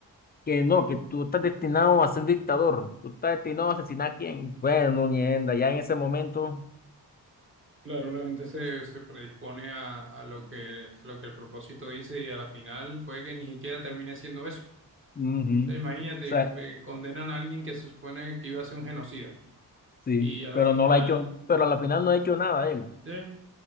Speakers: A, on the left; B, on the right.
A: que no, que tú estás destinado a ser un dictador, tú estás destinado a asesinar a quién. Bueno, mierda, ya en ese momento,
B: Claro, la gente se, se predispone a, a lo que, a lo que el propósito dice y a la final puede que ni siquiera termine siendo eso.
A: ujú.
B: Entonces
A: O
B: imagínate,
A: sea,
B: eh, condenan a alguien que se supone que iba a ser un genocida
A: sí,
B: y a
A: pero
B: la final,
A: no lo ha hecho, pero al final no ha hecho nada él.
B: eh,